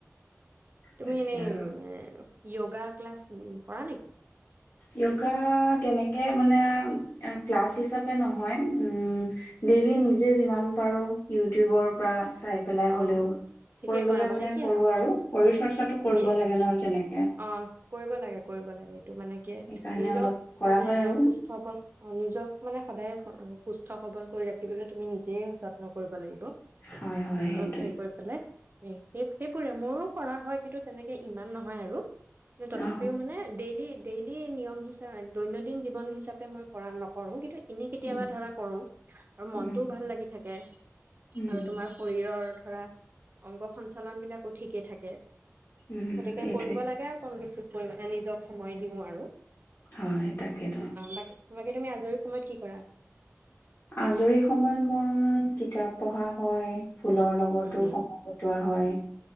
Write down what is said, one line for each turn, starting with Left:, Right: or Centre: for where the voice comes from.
Right: তুমি
Left: তাকে
Right: এনে
Left: আৰু
Right: <unintelligible> যোগা ক্লাছ, কৰা নেকি?
Left: য়োগা তেনেকে মানে, ক্লাছ হিচাপে নহয়, উম। ডেইলি নিজে যিমান <unintelligible> ইউটিউবৰ পৰা চাই পেলাই হ'লেও,
Right: অঁ ঠিকে
Left: কৰিবলৈ
Right: কৰা
Left: মানে
Right: কি
Left: কৰো আৰু শৰীৰ চৰ্চাটো কৰিব
Right: বি
Left: লাগে নহয় যেনেক
Right: অ, কৰিব লাগে কৰিব লাগে এইটো মানে কি
Left: সেইকাৰণে
Right: নিজক,
Left: অলপ কৰা
Right: মানে
Left: হয় আৰু
Right: সুস্থ সব অ', নিজক মানে সদায় সুস্থ সবল কৰি ৰাখিবলৈ তুমি নিজেই যত্ন কৰিব লাগিব।
Left: হয়, হয়,
Right: <unintelligible>
Left: সেইটোৱে।
Right: কৰি পেলাই। এ সেই সেইবোৰে মোৰো কৰা হয় কিন্তু তেনেকে ইমান নহয় আৰু। তথাপিও
Left: অ',
Right: মানে ডেইলি ডেইলি নিয়ম হিচা, দৈনন্দিন জীৱন হিচাপে মই কৰা নকৰোঁ, কিন্তু এনেই কেতিয়াবা
Left: উম,
Right: ধৰা কৰোঁ, আৰু মনটোও
Left: উম,
Right: ভাল লাগি থাকে
Left: উম,
Right: আৰু তোমাৰ শৰীৰৰ ধৰা, অংগ সঞ্চ <unintelligible> বিলাকো ঠিকে থাকে।
Left: উম,
Right: গতিকেই
Left: সেইটোৱে।
Right: প <unintelligible> কম বেছি পৰিমাণে নিজক সময় দিওঁ আৰু।
Left: হয় তাকেইটো।
Right: অ বাকী বাকী তুমি আজৰি সময়ত কি কৰা।
Left: আজৰি সময়ত মোৰ কিতাপ পঢ়া হয়। ফুলৰ লগতো
Right: উম।
Left: সময় কটোৱা হয়।